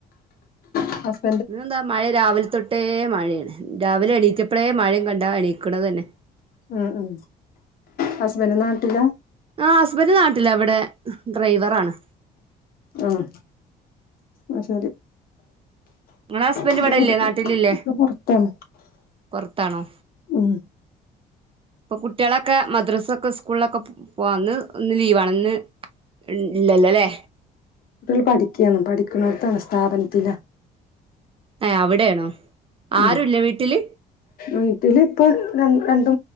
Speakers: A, on the left (about 60°); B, on the right (about 35°).
A: അഹ്
B: ഇനെന്താ മഴ രാവിലെ തൊട്ടേ മഴയാണ് രാവിലെ എണീറ്റപ്പഴേ മഴിം കണ്ടാ എണീക്കണതന്നെ
A: ഉം ഉം ഹസ്ബന്റ് നാട്ടിലാ
B: ആഹ് ഹസ്ബൻഡറ് നാട്ടില ഇവിടെ ഡ്രൈവറാണ്
A: ആഹ് അഹ് ശരി
B: ങ്ങളെ ഹസ്ബന്ഡ്
A: ഇക്ക
B: ഇവിടെ
A: പൊറ
B: ഇല്ലേ നാട്ടിലില്ലേ
A: ഇക്ക പൊറത്താണ്
B: പൊർത്താണോ
A: ഉം
B: ഇപ്പൊ കുട്ട്യോളൊക്കെ മദ്രാസൊക്കെ സ്കൂൾലൊക്കെ പോവാന്ന് ഇന്ന് ലീവ്ണന്ന് ഇൻ ല്ലലേ
A: പിൽ പഠിക്ക്യാണ് പഠിക്കുന്നോട്ത്താണ് സ്ഥാപനത്തില്ല
B: ഏഹ് അവിടെയാണോ
A: ഉം
B: ആരുല്ല വീട്ടില്
A: വീട്ടില് പ്പൊ ര രണ്ട്